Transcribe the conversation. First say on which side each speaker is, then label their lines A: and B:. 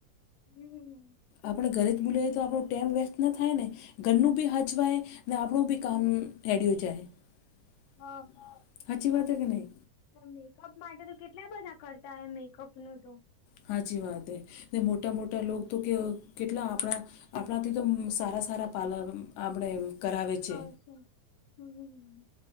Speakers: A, on the left; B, on the left.
A: હમ
B: આપણે ઘરે જ બોલાએ તો આપણો ટાઈમ વેસ્ટ ના થાય ને ઘરનું બી હાચવાય ને આપણું બી કામ એડિયુ જાય
A: હ
B: સાચી વાત કે નહીં
A: મેકઅપ માટે તો કેટલા બધા કરતા હોય મેકઅપ નું તો
B: સાચી વાત હે મોટા મોટા લોગ તો કે કેટલા આપણા આપણાથી તો સારા સારા પાર્લર આપણે કરાવે છે
A: અચ્છા હમ